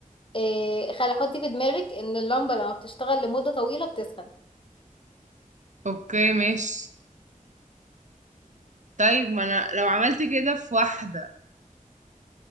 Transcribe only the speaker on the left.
إيه خلي حطي في دماغك ان اللمبة لما بتشتغل لمدة طويلة بتسخن